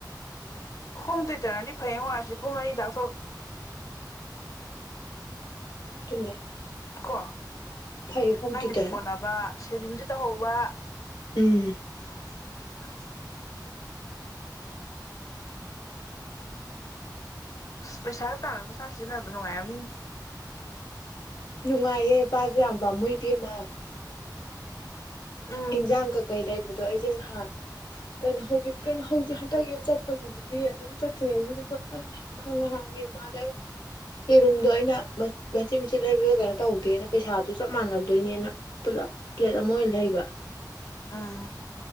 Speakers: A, on the left; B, on the left.
A: ꯍꯣꯡ ꯇꯨꯇꯔꯅꯗꯤ ꯐꯩꯌꯦꯉꯣ ꯑꯁꯤ ꯄꯨꯡ ꯑꯅꯤ ꯇ
B: ꯑꯗꯨꯅꯦ
A: ꯀꯣ
B: ꯐꯩ ꯍꯣꯝ
A: ꯅꯪꯒꯤꯗꯣ
B: ꯇ꯭ꯌꯨꯇꯔꯅ
A: ꯀꯣꯅꯥꯕ ꯁꯦꯚꯤꯡꯁꯨ ꯇꯧꯍꯧꯕ꯫
B: ꯎꯝ
A: <inaudible> ꯄꯩꯁꯥꯒ ꯇꯥꯔ ꯃꯁꯥꯅ ꯁꯤꯖꯤꯟꯅꯕꯗ ꯅꯨꯡꯉꯥꯏꯔꯝꯅꯤ꯫
B: ꯅꯨꯡꯉꯥꯏꯌꯦ ꯄꯁꯨ ꯌꯥꯝꯕꯄꯝꯃꯨ ꯏꯕꯦꯝꯃ꯫
A: ꯎꯝ
B: ꯏꯟꯖꯥꯡ ꯀꯩꯀꯩ ꯂꯩꯕꯗꯣ ꯑꯩ ꯍꯥꯟ ꯀꯩꯅꯣ ꯍꯧꯖꯤꯛ ꯀꯩꯅꯣ ꯍꯧꯖꯤꯛ ꯍꯟꯗꯛ ꯑꯗꯨ ꯆꯠꯄꯒꯤꯕꯨꯗꯤ ꯑꯗꯨꯝ ꯆꯠꯇ꯭ꯔꯤꯉꯩꯕꯨꯗꯤ ꯐꯣꯠꯅꯅꯤ ꯈꯪ ꯉꯍꯥꯡꯒꯦ ꯃꯥꯗ ꯑ ꯌꯦꯔꯨꯝꯗꯣ ꯑꯩꯅ ꯃꯆꯤꯟꯠ ꯃꯆꯤꯟꯠ ꯂꯩꯕꯗ ꯀꯩꯅꯣ ꯇꯧꯗꯦꯅ ꯄꯩꯁꯥꯁꯨ ꯆꯞ ꯃꯥꯟꯅꯗꯣꯏꯅꯦꯅ ꯄꯨꯂꯞ ꯄ꯭ꯂꯦꯠ ꯑꯃ ꯑꯣꯏꯅ ꯂꯩꯕ꯫
A: ꯎꯝ